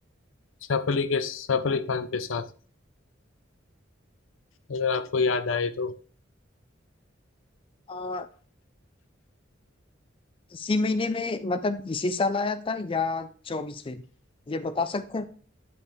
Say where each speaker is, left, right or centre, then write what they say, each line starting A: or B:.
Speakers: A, on the left (about 85°); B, on the left (about 25°).
A: सैफ अली के सैफ अली खान के साथ अगर आपको याद आए तो
B: आ, इसी महीने में मतलब इसी साल आया था या चौबीस में ये बता सकते हैं